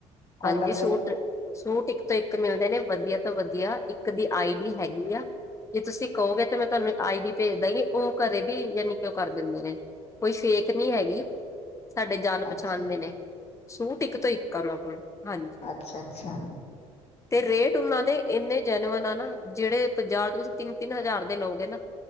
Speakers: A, on the left; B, on the left.
A: ਕੋਟਨ
B: ਹਾਂਜੀ ਸੂਟ,
A: ਦੇ
B: ਸੂਟ ਇੱਕ ਤੋਂ ਇੱਕ ਮਿਲਦੇ ਨੇ ਵਧੀਆ ਵਧੀਆ ਇੱਕ ਦੀ ਆਈ-ਡੀ ਹੈਗੀ ਆ ਜੇ ਤੁਸੀਂ ਕਹੋਗੇ ਤੇ ਮੈਂ ਤੁਹਾਨੂੰ ਆਈ-ਡੀ ਭੇਜ ਦਾਂਗੀ ਉਹ ਘਰੇ ਵੀ ਯਾਨੀ ਕਿ ਉਹ ਕਰ ਦਿੰਦੇ ਨੇ ਕੋਈ ਫੇਕ ਨੀ ਹੈਗੀ। ਸਾਡੇ ਜਾਣ ਪਛਾਣ
A: ਅੱਛਾ
B: ਦੇ ਨੇ ਸੂਟ ਇੱਕ ਤੋਂ ਇੱਕ ਓਨਾ ਕੋਲ। ਹਾਂਜੀ।
A: ਅੱਛਾ-ਅੱਛਾ
B: ਤੇ ਰੇਟ ਉਹਨਾਂ ਦੇ ਇੰਨੇ ਜੈਨਵਨ ਆ ਨਾ ਜਿਹੜੇ ਪੰਜਾਬ ਚ ਤੁਸੀਂ ਤਿੰਨ-ਤਿੰਨ ਹਜ਼ਾਰ ਦੇ ਲਓਗੇ ਨਾ